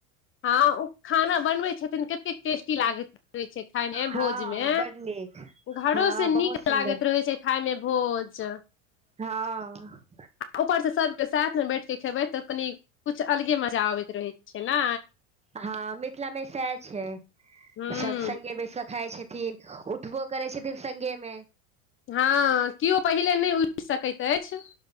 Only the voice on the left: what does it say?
हँ ओ खाना बनबै छथिन कतेक टेस्टी लागैत रहै छै खायमे
भोज मे
घरो
से निक
लागैत रहै छै, खाय मे भोज
आरऊ परसँ सभ के साथमे बैठ क खेबै तऽ कनि कछु अलगे मजा अबैत रहैत छै ने
हूँ
हँ, केओ पहिले नहि उठि सकैत अछि।